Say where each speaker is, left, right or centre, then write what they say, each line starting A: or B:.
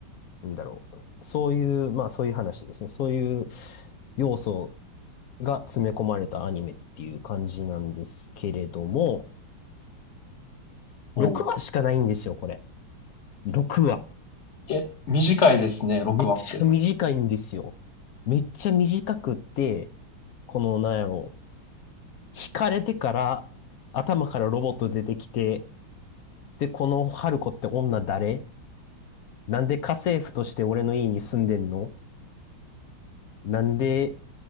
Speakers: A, on the left; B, on the left.
A: なんだろう。そういう、まあそういう話ですね。そういう要素が詰め込まれたアニメっていう感じなんですけれども、
B: おう。
A: 6話しかないんですよ、これ。6話。
B: え、短いですね、6話って。
A: めっちゃ短いんですよ。めっちゃ短くって、この、なんやろう。惹かれてから、頭からロボット出てきて、で、この春子って女誰なんで家政婦として俺の家に住んでんのなんで、